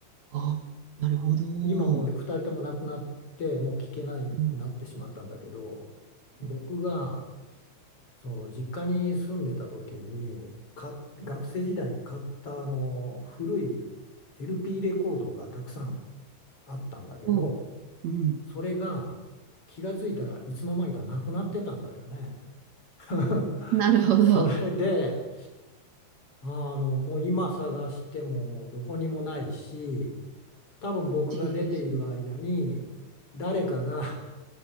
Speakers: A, on the right; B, on the left.
A: あ、なるほど。
B: 今もう2人とも亡くなって、もう聞けなくなってしまったんだけど、
A: うん、
B: 僕が、
A: うん
B: その実家に住んでた時に、か、学生時代に買ったあの、古い LP レコードがたくさんあったんだけど、
A: おう、うん。
B: それが気がついたらいつの間にかなくなってたんだよね。<laughs>
A: なるほど。
B: それで、あの、もう今探してももうどこにもないし、多分僕が出ている間に誰かが
A: じ、うん、